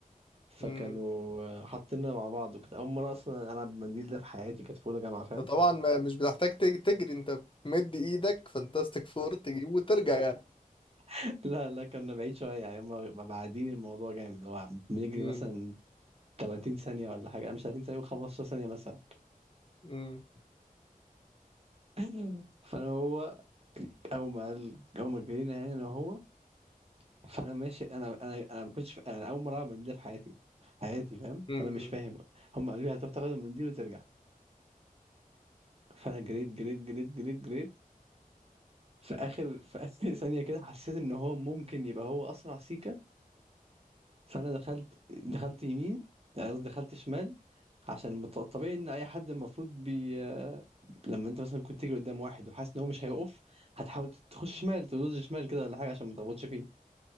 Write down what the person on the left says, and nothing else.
مم.
أنت طبعا ما مش بتحتاج تج- تجري أنت بتمد إيدك فانتاستيك فور تجيب وترجع يعني
مم.
مم.
مم.